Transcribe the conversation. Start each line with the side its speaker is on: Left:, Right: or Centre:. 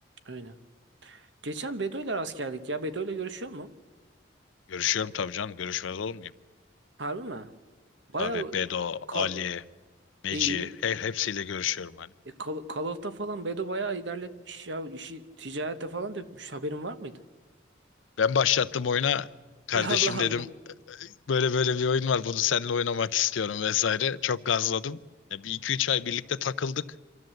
Right: Aynen. Geçen Bedo'yla rast geldik ya. Bedo'yla görüşüyor mu?
Left: görüşüyorum tabii canım görüşmez olmayayım
Right: Harbi mi? Bayağı
Left: tabii Bedo
Right: ka-
Left: Ali Meci
Right: iyi.
Left: he, hepsiyle görüşüyorum hani
Right: E, Call, Call of'ta falan Bedo bayağı ilerletmiş ya. İşi ticarete falan dökmüş. Haberin var mıydı?
Left: ben başlattım oyuna kardeşim
Right: <laughs> Allah
Left: dedim
Right: Allah.
Left: böyle böyle bir oyun var bunu seninle oynamak istiyorum vesaire çok gazladım ya bir iki üç ay birlikte takıldık